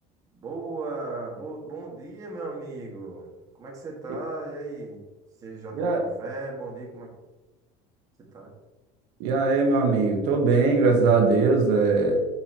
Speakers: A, on the right; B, on the right.
A: Boa, bo- bom dia, meu amigo. Como é que você tá?
B: E,
A: E aí? Você já tomou
B: e a-
A: café? Bom dia, como é que você tá?
B: e aí, meu amigo? Tô bem, graças a Deus. É...